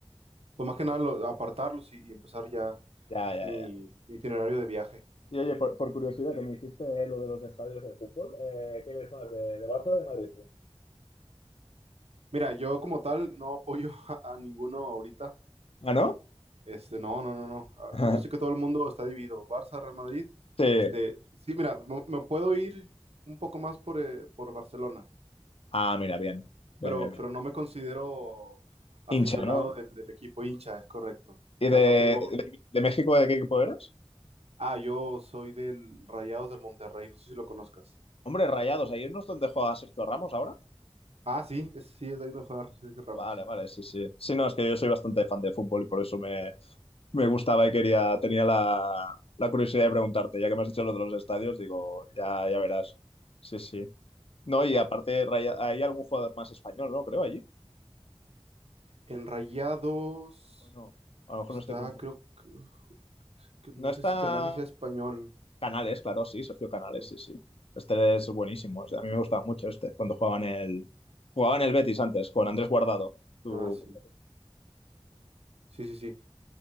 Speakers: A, on the right; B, on the left.
A: pues más que nada lo- apartarlos y, y empezar ya
B: ya, ya,
A: mi,
B: ya.
A: mi itinerario de viaje.
B: Y oye, por, por curiosidad, que me dijiste lo de los estadios de fútbol, eh, ¿qué eres más, de, de Barça o de Madrid tú?
A: Mira, yo como tal no apoyo <laughs> a, a ninguno ahorita.
B: ¿Ah, no?
A: Este, no, no, no, no. Ah,
B: <laughs>
A: yo sé que todo el mundo está dividido. Barça, Real Madrid.
B: Sí.
A: Este, sí, mira, me, me puedo ir un poco más por, eh, por Barcelona.
B: Ah, mira, bien. Bien,
A: pero,
B: bien, bien.
A: pero no me considero aficionado
B: Hincha, ¿no?
A: del, del equipo hincha, es correcto.
B: ¿Y
A: O
B: de,
A: sea,
B: de,
A: no tengo...
B: de México de qué equipo eres?
A: Ah, yo soy del Rayados del Monterrey, no sé si lo conozcas.
B: Hombre, Rayados, ¿ahí no es donde juega Sergio Ramos ahora?
A: Ah, sí, es- sí, es de ahí donde juega Sergio Ramos.
B: Vale, vale, sí, sí. Sí, no, es que yo soy bastante fan de fútbol y por eso me, me gustaba y quería, tenía la, la curiosidad de preguntarte. Ya que me has dicho lo de los estadios, digo, ya, ya verás. Sí, sí. No, y aparte, Raya- hay algún jugador más español, ¿no? Creo, allí.
A: En Rayados
B: O no, a lo mejor
A: está,
B: me estoy confundiendo.
A: creo que, es que no
B: No está
A: sé si Canales sea español.
B: Canales, claro, sí, Sergio Canales,
A: Sí.
B: sí, sí. Este es buenísimo. o sea, a mí me gustaba mucho este, cuando jugaban el, jugaban el Betis antes, con Andrés Guardado. Tú-
A: Ah, sí. Sí, sí, sí.